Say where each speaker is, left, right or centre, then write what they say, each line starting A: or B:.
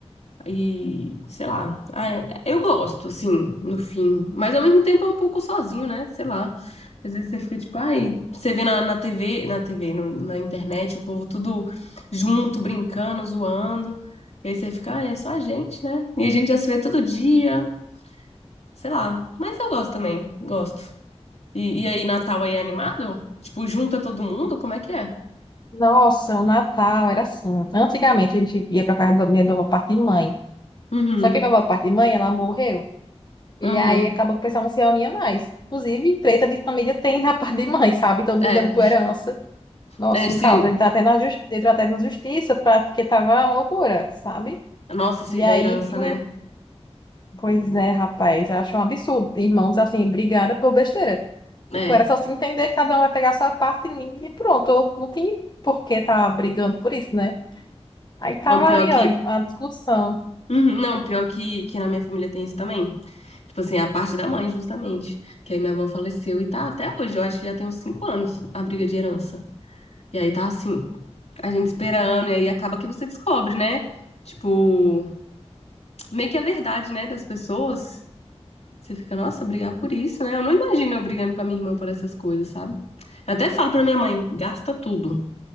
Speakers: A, on the left; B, on the left.
A: E, sei lá. Ai, eu gosto, assim, no fim. Mas ao mesmo tempo é um pouco sozinho, né? Sei lá. Às vezes você fica tipo, ai, você vê na, na TV, na TV, no- na internet, o povo tudo junto, brincando, zoando. E aí você fica, ai, é só a gente, né? E a gente já se vê todo dia. Sei lá. Mas eu gosto também. Gosto. E, e aí, Natal aí é animado? Tipo, junta todo mundo? Como é que é?
B: Nossa, o Natal era assim. Antigamente a gente ia para casa da minha avó parte de mãe.
A: Uhum.
B: Só que a minha avó parte de mãe, ela morreu. E
A: Uhum.
B: aí acabou que o pessoal não se reunia mais. Inclusive, treta de família tem na parte de mãe, sabe? Todo mundo
A: É.
B: ligando por herança. Nossa,
A: É, sim.
B: um caos. A gente tá até na justi... entrou até na justiça pra... porque tava uma loucura, sabe?
A: Nossa, isso
B: E
A: aí da
B: aí
A: herança,
B: tinha.
A: né?
B: Pois é, rapaz, eu acho um absurdo. Irmãos assim, brigando por besteira.
A: É.
B: Tipo, era só se entender que cada um vai pegar a sua parte e pronto. Não tem por que tá brigando por isso, né? Aí tava
A: Não, pior
B: ali,
A: que.
B: ó, uma discussão.
A: Uhum, não, pior que, que na minha família tem isso também. Tipo assim, a parte da mãe, justamente. Que aí minha avó faleceu e tá até hoje. Eu acho que já tem uns cinco anos a briga de herança. E aí tá assim, a gente esperando. E aí acaba que você descobre, né? Tipo, meio que a verdade, né, das pessoas. Você fica, nossa, brigar por isso, né? Eu não imagino eu brigando com a minha irmã por essas coisas, sabe? Eu até falo pra minha mãe, gasta tudo,